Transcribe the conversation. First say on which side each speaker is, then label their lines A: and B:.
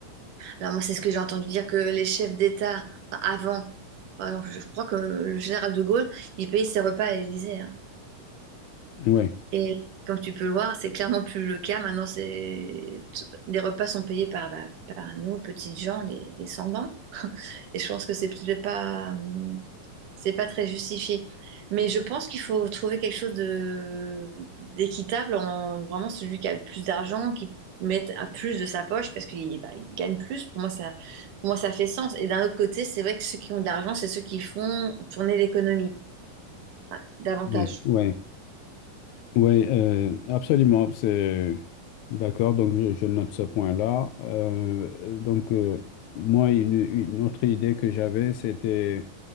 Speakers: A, on the right; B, on the left.
A: alors moi, c'est ce que j'ai entendu dire que les chefs d'État, enfin, avant, par exemple, je je crois que le général de Gaulle, il payait ses repas à l'Élysée. hein.
B: ouais,
A: Et comme tu peux le voir, c'est clairement plus le cas. Maintenant, c'est... t- les repas sont payés par, bah, par nous, petites gens, les descendants. Et je pense que c'est peut-être pas, hum, c'est pas très justifié. Mais je pense qu'il faut trouver quelque chose de d'équitable en vraiment celui qui a le plus d'argent, qui mette un plus de sa poche parce qu'il bah, il gagne plus. Pour moi, ça, pour moi, ça fait sens. Et d'un autre côté, c'est vrai que ceux qui ont de l'argent, c'est ceux qui font tourner l'économie, ah, davantage.
B: ouais, ouais, ouais, euh, absolument, c'est d'accord. Donc je, je note ce point-là. Euh, donc euh, moi, une, une autre idée que j'avais, c'était